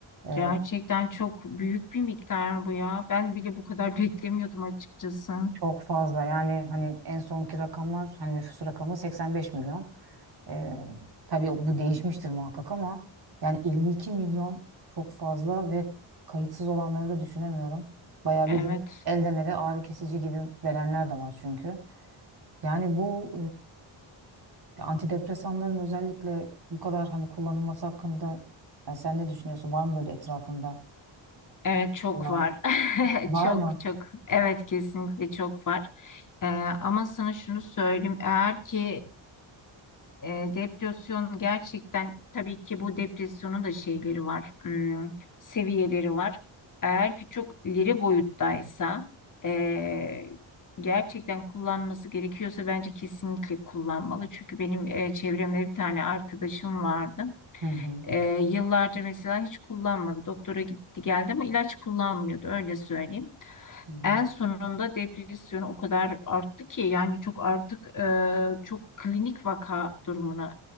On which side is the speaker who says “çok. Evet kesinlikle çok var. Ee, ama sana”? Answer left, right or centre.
Left